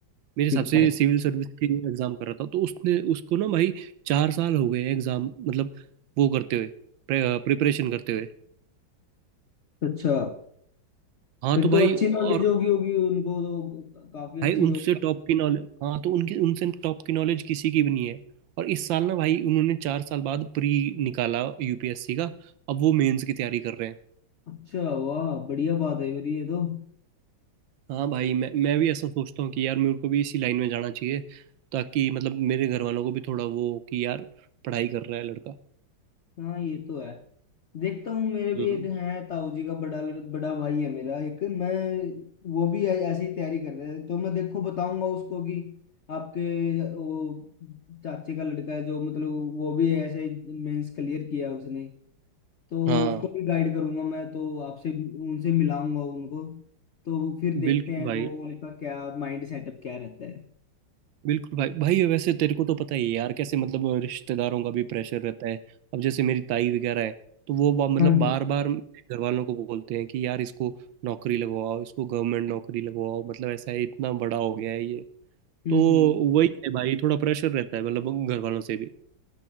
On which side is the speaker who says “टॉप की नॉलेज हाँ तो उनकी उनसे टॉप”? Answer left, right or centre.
Right